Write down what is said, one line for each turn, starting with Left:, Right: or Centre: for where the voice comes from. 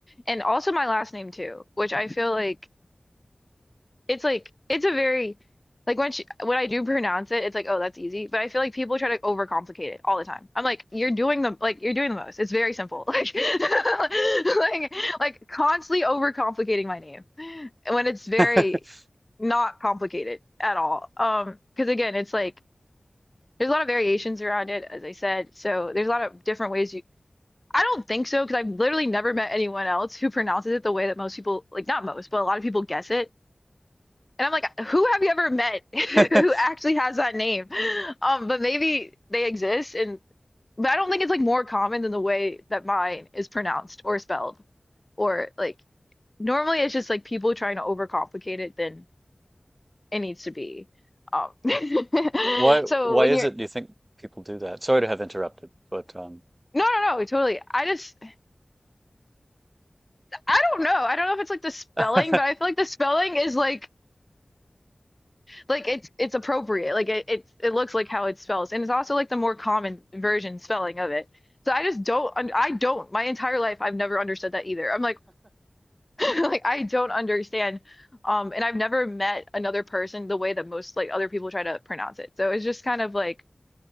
Left: and also my last name too, which I feel like it's like it's a very like when she, when I do pronounce it, it's like, oh, that's easy. But I feel like people try to overcomplicate it all the time. I'm like, you're doing the like you're doing the most. It's very simple. <laughs> Like like like constantly overcomplicating my name when it's
Right: <laughs>
Left: very not complicated at all. Um, because again, it's like there's a lot of variations around it, as I said. So there's a lot of different ways you. I don't think so because I've literally never met anyone else who pronounces it the way that most people like not most, but a lot of people guess it. And I'm like, who have you ever met <laughs>
Right: <laughs>
Left: who actually has that name? Um, but maybe they exist and but I don't think it's like more common than the way that mine is pronounced or spelled or like normally it's just like people trying to overcomplicate it than it needs to be. Um, <laughs>
Right: Why
Left: so
Right: why
Left: when
Right: is
Left: you're
Right: it do you think people do that? Sorry to have interrupted, but um
Left: no, no, no, totally. I just I don't know. I don't know if it's like the spelling,
Right: <laughs>
Left: but I feel like the spelling is like. like it's it's appropriate. Like it it's, it looks like how it spells, and it's also like the more common version spelling of it. So I just don't I don't my entire life I've never understood that either. I'm like <laughs> like I don't understand, um, and I've never met another person the way that most like other people try to pronounce it. So it's just kind of like